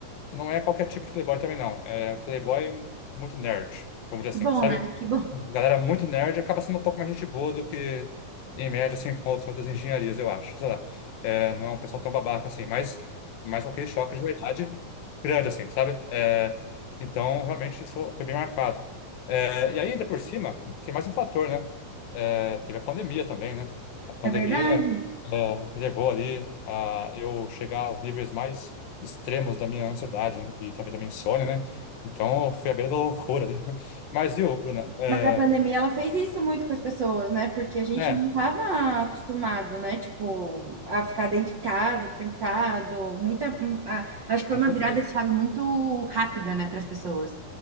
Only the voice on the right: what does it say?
Que bom,
né? Que bom.
É verdade?
Mas a pandemia, ela fez isso muito com as pessoas, né? Porque a gente
não estava acostumado, né? Tipo, a ficar dentro de casa, trancado. Muita, hum, a- acho que foi
uma
virada de chave muito rápida, né, para as pessoas.